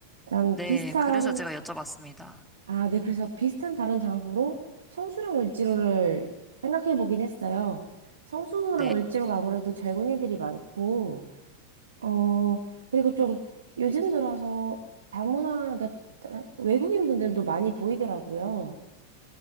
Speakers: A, on the right (about 65°); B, in the centre.
A: 난
B: 네.
A: 비슷한,
B: 그래서 제가 여쭤봤습니다.
A: 아, 네, 그래서 비슷한 다른 장소로 성수랑 을지로를 생각해 보긴 했어요. 성수랑
B: 네.
A: 을지로가 아무래도 젊은이들이 많고 어, 그리고 좀 요즘 들어서 다문화, 그러니까 외국인 분들도 많이 보이더라고요.